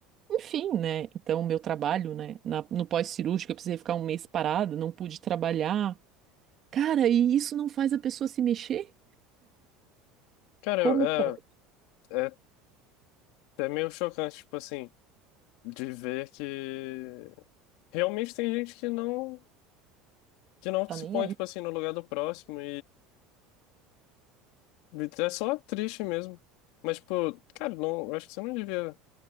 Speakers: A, on the right; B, on the left.
A: Enfim, né? Então, meu trabalho, né? na- no pós-cirúrgico, eu precisei ficar um mês parado, não pude trabalhar. Cara, e isso não faz a pessoa se mexer?
B: Cara,
A: Como pode?
B: é, é, é até meio chocante, tipo assim, de ver que realmente tem gente que não, que não
A: Tá
B: se
A: nem
B: põe,
A: aí.
B: tipo assim, no lugar do próximo Então, É só triste mesmo. Mas, tipo, cara, não, eu acho que você não devia,